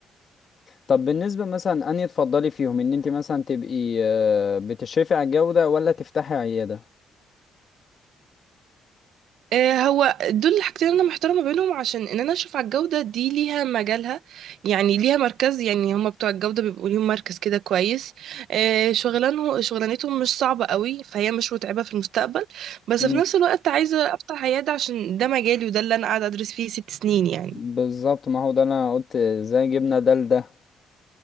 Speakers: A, on the left; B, on the right.
A: طب بالنسبة مثلا أنهي تفضلي فيهم إن انتي مثلا تبقي آه، بتشرفي على الجودة ولا تفتحي عيادة؟
B: آه، هو دول الحاجتين اللي انا محترمه بينهم عشان ان انا اشوف على الجوده دي ليها مجالها يعني ليها مركز يعني هما بتوع الجوده بيبقوا ليهم مركز كده كويس آه، شغلانه شغلانتهم مش صعبه قوي فهي مش متعبه في المستقبل بس
A: مم.
B: في نفس الوقت عايزه افتح عياده عشان ده مجالي وده اللي انا قاعده ادرس فيه ست سنين يعني
A: بالظبط ما هو ده اللي أنا قلت زي جبنا ده لده